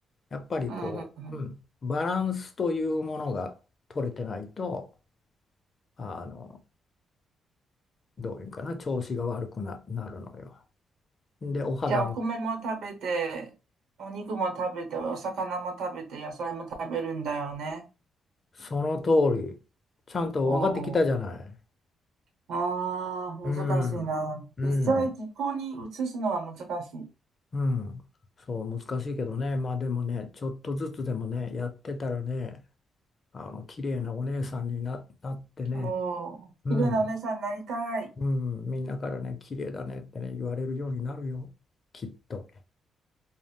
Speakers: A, on the left; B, on the right.
A: やっぱりこう、
B: うん、うん、うん。
A: うん、バランスというものが取れてないと、あの、どういうかな、調子が悪くな、なるのよ。で、お肌の、
B: じゃあ、お米も食べて、お肉も食べて、お魚も食べて、野菜も食べるんだよね。
A: その通り、ちゃんと分かってきたじゃない。
B: おーああ、難しいな。
A: うん、うん。
B: 実際、実行に移すのは難しい。
A: うん、そう難しいけどね、まあでもね、ちょっとずつでもね、やってたらね、あの綺麗なお姉さんにな、なってね、
B: おー綺麗なお姉さんになりたい。
A: うん、うん、みんなからね、綺麗だねってね、言われるようになるよ、きっと。